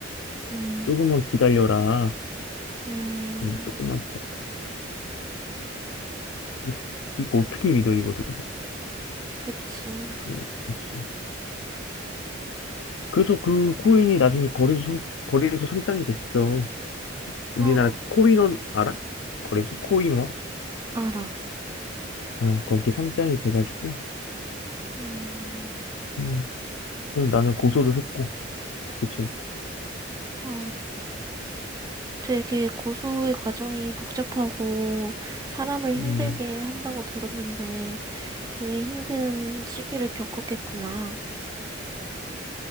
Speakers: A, on the right; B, on the left.
A: 음,
B: 조금만 기다려라.
A: 음,
B: 응, 조금만 기다려. 근데 이거 어떻게 믿어, 이거를.
A: 그치.
B: 휴, 그지 그래서 그 코인이 나중에 거래소 상, 거래소 상장이 됐어. 우리나라
A: 어,
B: 그 코인원 알아? 거래소 코인원?
A: 알아.
B: 응, 거기 상장이 돼가지고.
A: 음,
B: 음, 그래서 나는 고소를 했고, 그 친구.
A: 어, 되게 고소의 과정이 복잡하고 사람을 힘들게
B: 음.
A: 한다고 들었는데 되게 힘든 시기를 겪었겠구나.